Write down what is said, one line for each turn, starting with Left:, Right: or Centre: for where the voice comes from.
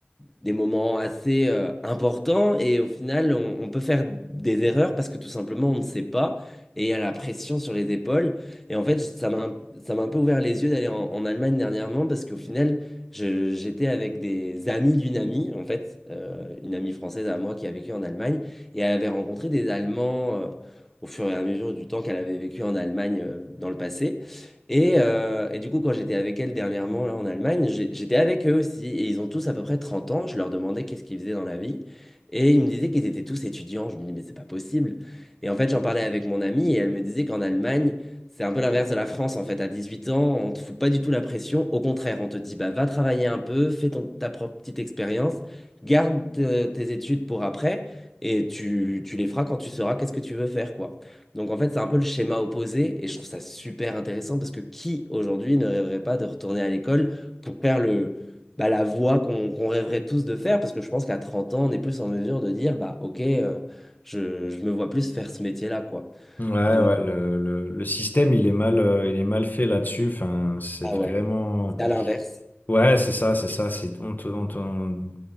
Centre: des moments assez euh, importants et au final, on, on peut faire des erreurs parce que tout simplement, on ne sait pas et il y a la pression sur les épaules. Et en fait, ça m'a, un- ça m'a un peu ouvert les yeux d'aller en, en Allemagne dernièrement parce qu'au final, je- j'étais avec des amis d'une amie, en fait, euh, une amie française à moi qui a vécu en Allemagne. Et elle avait rencontré des Allemands euh, au fur et à mesure du temps qu'elle avait vécu en Allemagne euh, dans le passé. Et, euh, et du coup, quand j'étais avec elle dernièrement là, en Allemagne, j'ai- j'étais avec eux aussi. Et ils ont tous à peu près 30 ans. Je leur demandais qu'est-ce qu'ils faisaient dans la vie. Et ils me disaient qu'ils étaient tous étudiants. Je me dis, mais c'est pas possible. Et en fait, j'en parlais avec mon amie et elle me disait qu'en Allemagne, c'est un peu l'inverse de la France. En fait, à 18 ans, on te fout pas du tout la pression. Au contraire, on te dit, bah, va travailler un peu, fais ton- ta propre petite expérience, garde euh, tes études pour après. Et tu, tu les feras quand tu sauras qu'est-ce que tu veux faire, quoi. Donc en fait, c'est un peu le schéma opposé, et je trouve ça super intéressant parce que qui aujourd'hui ne rêverait pas de retourner à l'école pour faire le, bah, la voie qu'on qu'on rêverait tous de faire? Parce que je pense qu'à 30 ans, on est plus en mesure de dire, bah ok, euh, je, je me vois plus faire ce métier-là, quoi.
Left: ouais,
Centre: Donc,
Left: ouais, le, le- le système, il est mal, euh, il est mal fait là-dessus. Enfin, c'est
Centre: ah
Left: vraiment.
Centre: ouais, c'est à l'inverse.
Left: Ouais, c'est ça, c'est ça. C'est on te- on te- on-